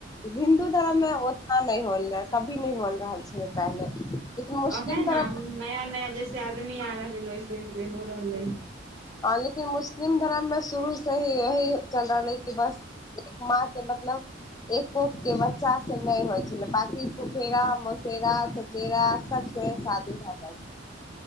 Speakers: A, on the left (about 20°); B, on the right (about 75°).
A: हिन्दू धर्ममे उतना नहि होल कभी नहि होल रहल छल पहिले मुस्लिम
B: ओहै
A: धर्म
B: न नया नया जैसे आदमी आ रहल ह वैसे सेहो रहले <inaudible>
A: हँ लेकिन मुस्लिम धर्ममे शुरूसँ ही यही चल रहलै कि बस माँ के मतलब एक कोंख के बच्चास से नहि होइ छलै बाँकि फुफेरा मोसेरा चचेरा सबसँ शादी भए जाइ छल